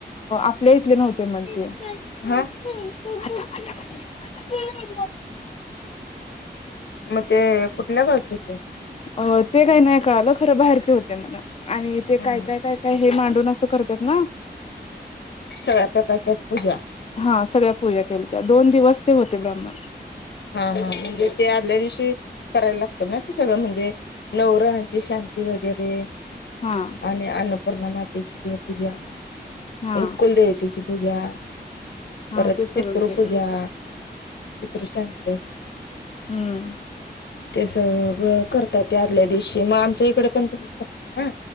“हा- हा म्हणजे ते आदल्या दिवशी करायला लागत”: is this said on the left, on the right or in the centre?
Left